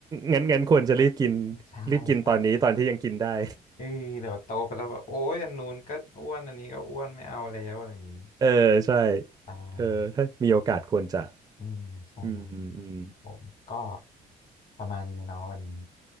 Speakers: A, on the right; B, on the left.
A: งั้นงั้นควรจะรีบกิน
B: ใช่ใช่ใช่
A: รีบกินตอนนี้ตอนที่ยังกินได้
B: เอ้ยเดี๋ยวโตไปแล้วแบบโอ้ยอันนู้นก็อ้วนอันนี้ก็อ้วนไม่เอาแล้วอะไรอย่างนี้
A: <laughs> เออใช่
B: ใช่
A: เออถ้ามีโอกาสควรจะ
B: อืมใช่
A: อืมอืมอืม
B: ผมก็ประมาณนี้เนาะวันนี้